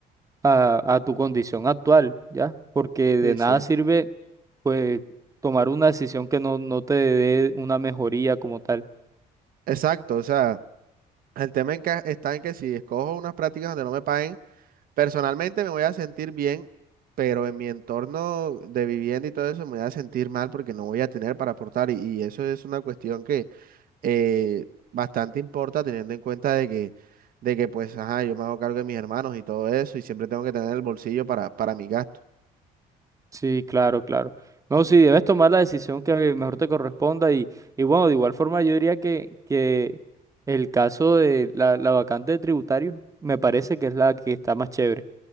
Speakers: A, on the right; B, on the right.
A: a, a tu condición actual, ¿ya? Porque de
B: Sí,
A: nada
B: sí.
A: sirve, pues, tomar una decisión que no, no te dé una mejoría como tal.
B: Exacto, o sea, el tema en que está en que si escojo unas prácticas donde no me paguen, Personalmente me voy a sentir bien, pero en mi entorno de vivienda y todo eso me voy a sentir mal porque no voy a tener para aportar. Y, y eso es una cuestión que eh, bastante importa teniendo en cuenta de que, de que pues, ajá, yo me hago cargo de mis hermanos y todo eso y siempre tengo que tener el bolsillo para, para mi gasto.
A: Sí, claro, claro. No, sí, debes tomar la decisión que mejor te corresponda y, y bueno, de igual forma yo diría que, que el caso de la, la vacante de tributario me parece que es la que está más chévere